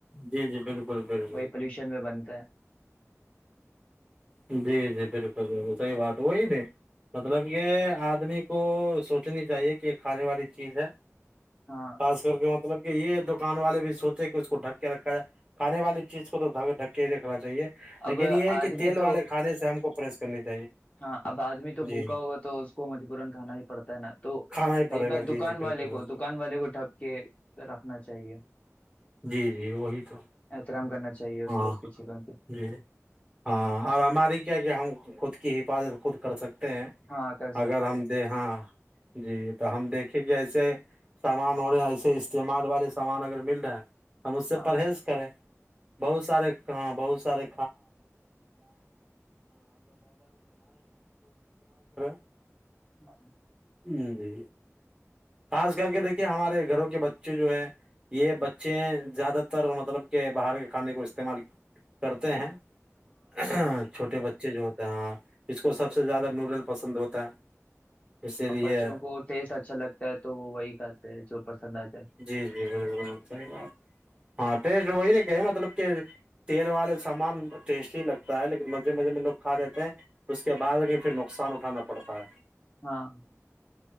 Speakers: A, on the right; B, on the left.
A: جی جی بالکل بالکل
B: وہی پولوشن میں بنتا <unintelligible> ت <unintelligible>
A: جی جی بالکل بالکل صحیح بات وہی نہیں مطلب کہ آدمی کو سوچنی چاہیے کہ یہ کھانے والی چیز ہے
B: ہاں
A: خاص کر کے مطلب کہ یہ دکان والے بھی سوچے کہ اس کو ڈھک کے رکھا جائے کھانے والی چیز کو تو ڈک کے ہی رکھنا چاہیے <unintelligible>
B: اب
A: یہ ہے کہ
B: آدمی
A: تیل
B: <unintelligible>
A: والے کانے سے ہم <unintelligible> کو پرریس کرنی <unintelligible>
B: ہاں اب آدمی تو
A: جی
B: بھوکا ہوگا تو اس کو مجبورن کھانا ہی پڑتا ہے نا تو
A: کھانا ہی پڑے
B: کئی بات
A: گا جی
B: دکان
A: جی بالکل
B: والے
A: بالکل
B: کو دکان والے کو ٹپ کے رکھنا چاہیے
A: جی جی وہی تو <unintelligible>
B: احترام کرنا چاہیے اس
A: ہاں
B: کو اس کی چیزوں کی
A: جی ہاں اور ہماری کیا کیا ہم خود <unintelligible> حفاظت <unintelligible> خود کر سکتے ہیں
B: ہاں کر سکتے
A: اگر ہم
B: ہیں
A: د ہاں <unintelligible> جی تو ہم دیکھیں کہ ایسے سامان ہو رہے ہیں ایسے استعمال والے سامان اگر مل رہے ہیں <unintelligible> ہم اس سے
B: ہاں
A: پرہیز کریں <unintelligible> بہت سارے ہاں بہت سارے <unintelligible>
B: ہاں <unintelligible>
A: ہ جی خاص کر کے دیکھیے ہمارے گھروں کے بچے جو ہے یہ بچے زیادہ تر مطلب کہ باہر <unintelligible> کھانے کو استعمال کرتے ہیں <unintelligible> ہاں چھوٹے بچے <unintelligible> بیچے جو ہوتا ہے ہاں <unintelligible> جو
B: وہ-
A: سب سے زیادہ نوڈل پسند ہوتا ہے اسی لیے
B: اب بچوں کو ٹیسٹ اچھا لگتا ہے تو وہ وہی کتے ہیں جو پسند آتے
A: جی جی بالکل صحیح بات ہاں ٹسٹ وہی کہ مطلب کہ تیل والے سامان ٹیسٹی لگتا ہے لیکن مزے مزے میں لوگ کھا لیتے ہیں اس کے بعد پھر نقصان اٹھانا پڑتا ہے
B: ہاں